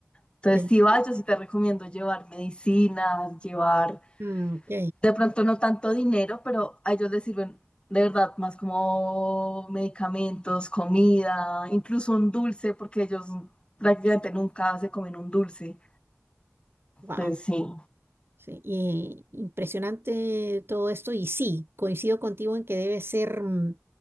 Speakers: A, on the left (about 20°); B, on the right (about 50°).
A: Entonces,
B: te entiendo.
A: si vas, yo sí te recomiendo llevar medicinas, llevar
B: Ah, ok.
A: de pronto no tanto dinero, pero a ellos les sirven de verdad más como medicamentos, comida, incluso un dulce, porque ellos prácticamente nunca se comen un dulce.
B: Wow.
A: Entonces sí.
B: Sí, y impresionante todo esto. Y sí, coincido contigo en que debe ser mm,